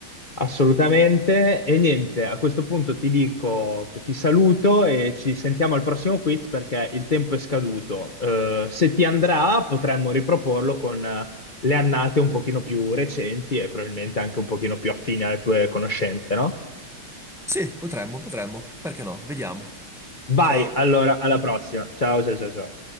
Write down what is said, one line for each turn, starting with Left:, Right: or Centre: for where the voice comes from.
Left: Assolutamente. E niente, a questo punto ti dico che ti saluto e ci sentiamo al prossimo quiz perché il tempo è scaduto. Eh, se ti andrà, potremmo riproporlo con eh, le annate un pochino più recenti e probabilmente anche un pochino più affine alle tue conoscenze, no?
Centre: Sì, potremmo, potremmo, perché no? Vediamo.
Left: Vai,
Centre: Ciao.
Left: allora, alla prossima. Ciao, ciao, ciao. ciao.